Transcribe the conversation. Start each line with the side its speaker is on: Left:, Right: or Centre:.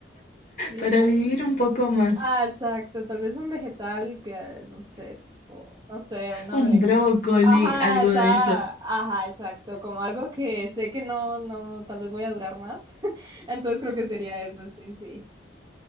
Right: Tipo
Left: Para vivir un poco más.
Right: Ah, exacto, tal vez un vegetal que, no sé, tipo, no sé, una
Left: Un
Right: berenjena.
Left: brócoli,
Right: Ajá,
Left: algo
Right: esa,
Left: de eso.
Right: ajá, exacto, como algo que sé que no, no, tal vez voy a durar más. <laughs> Entonces creo que sería eso, sí, sí.